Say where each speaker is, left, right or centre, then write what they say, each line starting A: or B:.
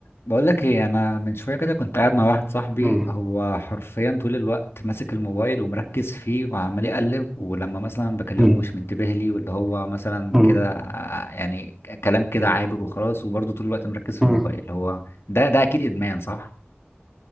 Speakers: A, on the left (about 85°); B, in the centre.
A: بقول لك ايه انا من شويه كده كنت قاعد مع واحد صاحبي
B: مم.
A: هو حرفيا طول الوقت ماسك الموبايل ومركز فيه وعمال يقلب ولما مثلا بكلمه
B: مم.
A: مش منتبه لي واللي هو مثلا
B: مم.
A: كده ع- يعني كلام كده عابر وخلاص وبرضه طول الوقت مركز في
B: مم.
A: الموبايل هو ده ده اكيد ادمان صح